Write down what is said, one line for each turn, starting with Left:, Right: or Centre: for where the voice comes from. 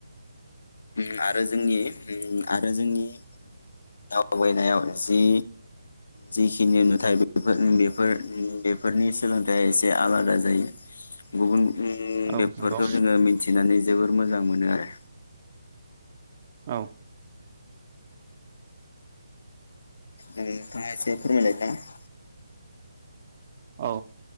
Left: उम आरो जोंनि ओम आरो जोंनि दावबायनायाव जि जिखिनि नुथाय बेफोर उम बेफोर उम बेफोरनि सोलोंथाइया एसे आलादा जायो गुबुन उम
Right: औ
Left: बेफोरखौ
Right: नंगौ
Left: जोङो मिथिनानै जोबोर मोजां मोनो आरो
Right: औ
Left: नोंथाङा एसे फोरमायलाय <unintelligible>
Right: औ